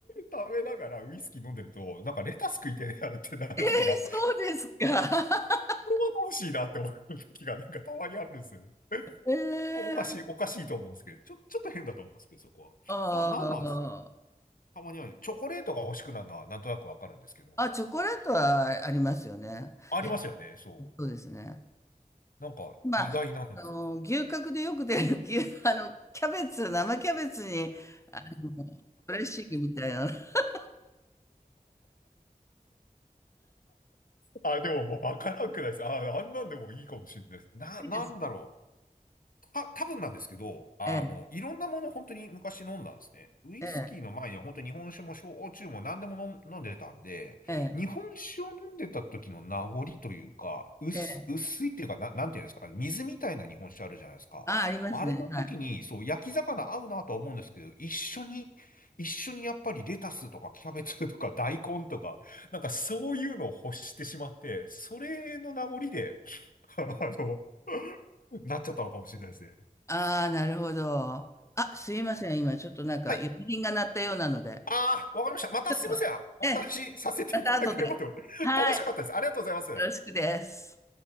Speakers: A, on the left (about 70°); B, on the left (about 20°).
A: 食べながらウイスキー飲んでると、なんかレタス食いてえなってなる時が
B: ええ、そうですか。<laughs>
A: これは楽しいなって思う時がなんかたまにあるんですよね。
B: ええ。
A: おかしい、おかしいと思うんですけど、ちょ、ちょっと変だと思うんですけど、そこは。
B: ああ。
A: な、なんなんですかたまにはね、チョコレートが欲しくなるのはなんとなくわかるんですけど、
B: あ、チョコレートはありますよね。
A: ありますよね、
B: え、
A: そ
B: そうですね。
A: う。なんか意外なんです。
B: まあ、あの、牛角でよく出る牛、<laughs> あの、キャベツ、生キャベツに、あの、ドレッシングみたいなの。<laughs>
A: あ、でもわからんくないです。あ、あんなんでもいいかもしれないです。な、
B: いいです。
A: なんだろう。た、多分なんですけど、あの、
B: ええ、
A: いろんなもの本当に昔飲んだんですね。ウイスキーの前には本当に日本酒も焼酎も何でも飲ん、
B: ええ、
A: 飲んでたんで、
B: ええ、
A: 日本酒を飲んでた時の名残というか、薄、
B: ええ。
A: 薄いっていうか、な、なんていうんですかね、水みたいな日本酒あるじゃないですか。
B: あ、ありますね。
A: あれの時に、
B: はい。
A: そう、焼き魚合うなとは思うんですけど、一緒に、一緒にやっぱりレタスとかキャベツとか大根とか、なんかそういうのを欲してしまって、それの名残で、<laughs> あの、なっちゃったのかもしれないですね。
B: ああ、なるほど。あ、すいません。今、ちょっとなんか、
A: はい
B: 呼び鈴が鳴ったようなので。
A: ああ、わかりました。またすいません。
B: ちょっと、
A: お話しさせていただければと。
B: ええ、また後で。
A: <laughs>
B: はい。
A: 楽しかったです。ありがとうございます。
B: よろしくです。